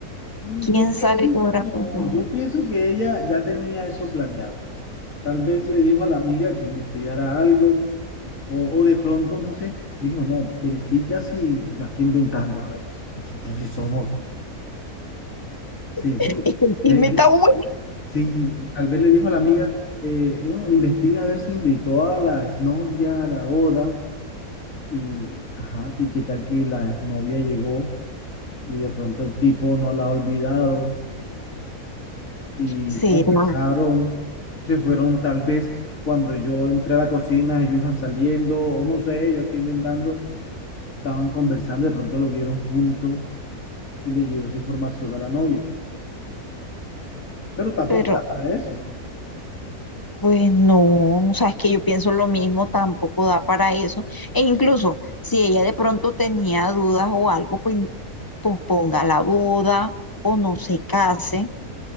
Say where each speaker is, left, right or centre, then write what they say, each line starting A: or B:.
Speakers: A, on the left; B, on the left.
A: Yo
B: ¿Quién
A: pienso,
B: sabe qué habrá
A: no,
B: pasado?
A: yo pienso que ella ya tenía eso planeado. Tal vez le dijo a la amiga que investigara algo, o, o de pronto, no sé, dijo, no, verifica si yo aquí inventando, ah, chis, nosotros sí somos, sí.
B: <laughs> Y
A: Le-
B: me
A: le-
B: está bueno.
A: sí, tal vez le dijo a la amiga, eh, no, investiga a ver si invitó a la exnovia a la boda, y, ajá, y qué tal que la exnovia llegó y de pronto el tipo no la ha olvidado, y
B: Será,
A: conversaron, se fueron tal vez cuando yo entré a la cocina, ellos iban saliendo, o no sé, yo aquí inventando, estaban conversando, de pronto lo vieron juntos y le llegó esa información a la novia. Pero tampoco
B: pero
A: da para eso.
B: pues no, o sea, es que yo pienso lo mismo, tampoco da para eso. E incluso si ella de pronto tenía dudas o algo, pues posponga la boda o no se case